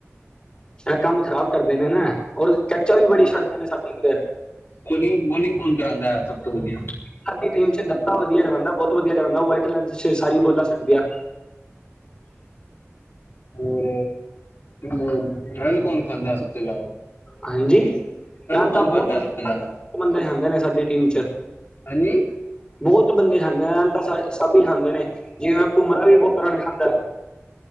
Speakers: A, on the left; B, on the left.
A: ਚਾਹੇ ਕੰਮ ਖ਼ਰਾਬ ਕਰਦੇ ਨੇ ਨਾ ਔਰ ਕੈਚਾਂ ਵੀ ਬੜੀ ਛੱਡਦੇ ਨੇ ਸਾਡੇ ਪਲੇਅਰ।
B: ਬੋਲਿੰਗ ਬੋਲਿੰਗ ਕੌਣ ਕਰਾਉਦਾ ਸਭ ਤੋਂ ਵਧੀਆ।
A: ਸਾਡੀ ਟੀਮ ਚ ਦੱਤਾ ਵਧੀਆ ਚ ਜਾਂਦਾ ਬਹੁਤ ਵਧੀਆ ਜਾਂਦਾ ਉਹ ਵਾਈਟ ਲੈਂਥ ਚ ਸਾਰੀ ਬੋਲਾਂ ਸੁੱਟਦੀ ਆ।
B: ਹੋਰ ਮਤਲਬ ਰਨ ਕੌਣ ਖਾਂਦਾ ਸਭ ਤੋਂ ਜ਼ਿਆਦਾ?
A: ਹਾਂਜੀ ਰਨ
B: ਕੌਣ
A: ਤਾਂ
B: ਖਾਂਦਾ
A: ਬਹੁਤ ਬਤ
B: ਸਭ ਤੋਂ ਜ਼ਿਆਦਾ
A: ਬੰਦੇ ਖਾਂਦੇ ਨੇ ਸਾਡੀ ਟੀਮ 'ਚ।
B: ਹਾਂਜੀ
A: ਬਹੁਤ ਬੰਦੇ ਖਾਂਦੇ ਤਾਂ ਸਭ ਹੀ ਖਾਂਦੇ ਨੇ ਜਿਵੇਂ ਭੁੰਮਰਾ ਵੀ ਬਹੁਤ ਰਨ ਖਾਂਦਾ।